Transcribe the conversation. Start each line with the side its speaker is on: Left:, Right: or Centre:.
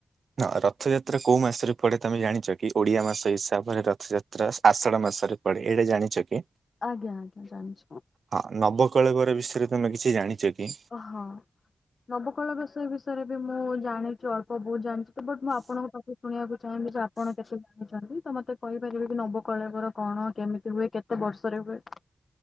Right: ଆଉ ରଥଯାତ୍ରା କୋଉ ମାସ ପଡେ ତମେ ଜାଣିଛ କି ଓଡିଆ ମାସ ହିସାବରେ ରଥଯାତ୍ରା ଆଷାଢ ମାସରେ ପଡେ ଏଇଟା ଜାଣିଛ କି?
Left: ଆଜ୍ଞା ଆଜ୍ଞା ଜାଣିଛି
Right: ହଁ ନବକଳେବର ବିଷୟରେ ତମେ କିଛି ଜାଣିଛ କି?
Left: ହଁ ନବକଳ ବିଷୟ ବିଷୟରେ ବି ମୁଁ ଜାଣିଛି ଅଳ୍ପ ବହୁତ ଜାଣିଛି। ବଟ୍ ମୁଁ ଆପଣଙ୍କ ପାଖକୁ ଶୁଣିବାକୁ ଚାହିଁବି ଯେ ଆପଣ କେତେ? ତ ମତେ କହିପାରିବେ କି ନବକଳେକର କଣ କେମିତି ହୁଏ କେତେ ବର୍ଷରେ ହୁଏ।